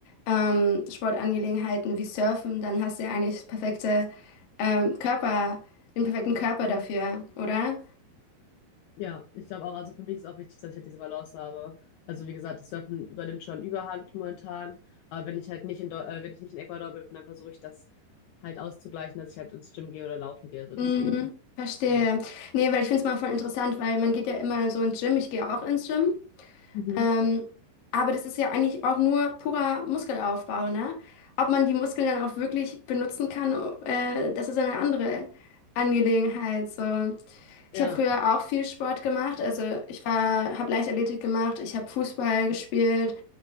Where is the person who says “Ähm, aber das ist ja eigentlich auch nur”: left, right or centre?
Left